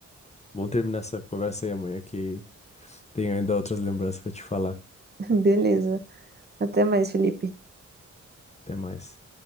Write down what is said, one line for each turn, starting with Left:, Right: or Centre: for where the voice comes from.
Left: vamos terminar essa conversa aí amanhã que tenho ainda outras lembranças pra te falar.
Right: <laughs> Beleza. Até mais, Felipe.
Left: Até mais.